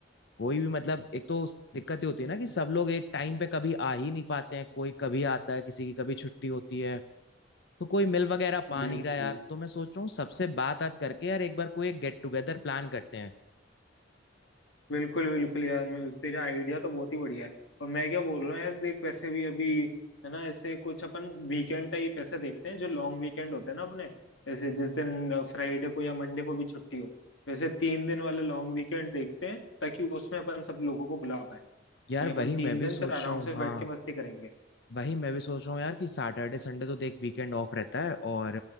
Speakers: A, on the left; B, on the left.
A: कोई भी मतलब एक तो उस- दिक्कत ये होती है ना कि सब लोग एक टाइम पे कभी आ ही नहीं पाते हैं कोई कभी आता है किसी की कभी छुट्टी होती है तो कोई मिल वगैरह पा
B: बिल्कुल
A: नहीं रहा यार तो मैं सोच रहा हूँ सबसे बात बात करके यार एक बार कोई एक गेट टुगेदर प्लान करते हैं
B: बिल्कुल बिल्कुल यार मैं तेरा आइडिया तो बहुत ही बढ़िया है और मैं क्या बोल रहा हूँ यार देख वैसे भी अभी है ना ऐसे कुछ अपन वीकेंड टाइप ऐसे देखते हैं जो लॉन्ग वीकेंड होते हैं ना अपने जैसे जिस दिन फ्राइडे को या मंडे को भी छुट्टी हो वैसे तीन दिन वाले लॉन्ग वीकेंड देखते हैं ताकि उसमें अपन सब लोगों को बुला पाए
A: यार
B: कि अपन
A: वही
B: तीन
A: मैं भी
B: दिन
A: सोच
B: फिर आराम
A: रहा हूँ
B: से बैठ
A: हाँ
B: के मस्ती करेंगे
A: वही मैं भी सोच रहा हूँ यार कि सैटरडे संडे तो देख वीकेंड ऑफ रहता है और